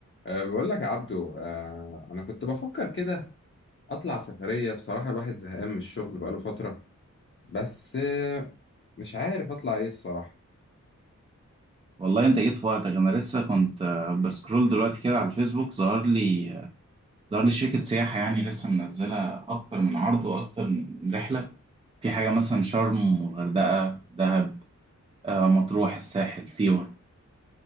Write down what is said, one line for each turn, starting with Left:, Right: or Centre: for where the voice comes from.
Left: أه بقول لك يا عبدو أه أنا كنت بفكر كده أطلع سفرية بصراحة الواحد زهقان من الشغل بقاله فترة بس أه مش عارف أطلع إيه الصراحة
Right: والله انت جيت في وقتك انا لسه كنت آه، بسكرول دلوقتي كده على الفيسبوك ظهر لي آه، ظهر لي شركة سياحة يعني لسه منزلة اكتر من عرض واكتر من رحلة في حاجة مثلا شرم والغردقة دهب آه، مطروح الساحل سيوة